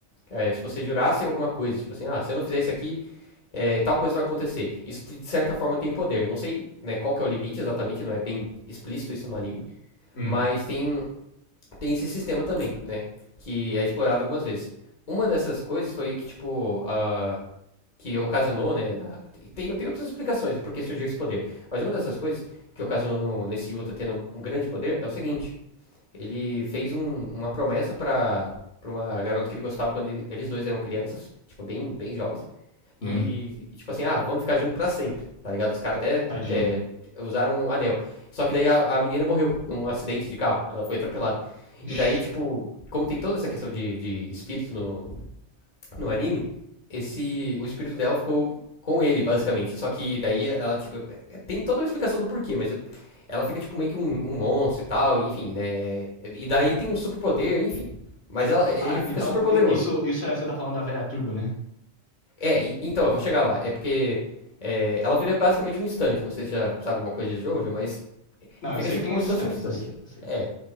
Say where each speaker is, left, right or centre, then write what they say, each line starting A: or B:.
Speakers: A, on the left; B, on the left.
A: é, se você jurasse alguma coisa, tipo assim, ah, se eu não fizer isso aqui, é, tal coisa vai acontecer. Isso de certa forma tem poder. Não sei né, qual que é o limite exatamente, não é bem explícito isso no anime,
B: Hum,
A: mas tem, tem esse sistema também, né? Que é explorado algumas vezes. Uma dessas coisas foi que, tipo, a que ocasionou, né? na- tem, tem outras explicações do porquê surgiu esse poder. Mas uma dessas coisas que ocasionou no- nesse Yuta tendo um grande poder é o seguinte: ele fez um- uma promessa pra, pra uma garota que ele gostava quando ele- eles dois eram crianças, tipo, bem, bem jovens.
B: hum,
A: E, e tipo assim, ah, vamos ficar junto pra sempre, tá ligado? Os caras até
B: tadinho.
A: é, usaram um anel. Só que daí a, a menina morreu num acidente de carro. Ela foi atropelada.
B: Ixi.
A: E daí, tipo, como tem toda essa questão de, de espírito no, no anime, esse o espírito dela ficou com ele, basicamente. Só que daí ela, tipo, tem toda uma explicação do porquê, mas eu- ela fica, tipo, meio que um, um monstro e tal, enfim, né? E daí tem um superpoder, enfim. Mas ela- ele
B: Ah,
A: fica
B: então,
A: super poderoso.
B: i- isso, isso é, você tá falando da velha turba, né?
A: É, e- então, eu vou chegar lá. É porque é, ela vira basicamente um stand. Não sei se já sabe alguma coisa de Jojo, mas
B: Não,
A: fica
B: eu sei
A: tipo
B: que tem
A: como
B: os
A: se
B: estandes,
A: fosse um stand.
B: eu sei, eu sei.
A: É,